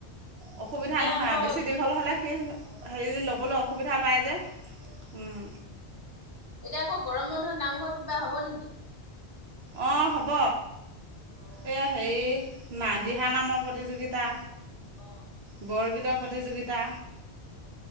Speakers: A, on the right (about 70°); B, on the left (about 20°).
A: আৰু। সুবিধা
B: এতিয়া
A: নহয়
B: আকৌ
A: আৰু বেছি দীঘল হ'লে সি
B: অ
A: হেৰি ল'বলৈ অসুবিধা পায় যে।
B: অ
A: উম
B: এতিয়া আকৌ গৰম বন্ধত নামঘৰত কিবা হব নেকি?
A: অ হ'ব।
B: অ
A: এই হেৰি না দিহা নামৰ প্ৰতিযোগিতা।
B: অ
A: বৰগীত প্ৰতিযোগিতা।
B: অ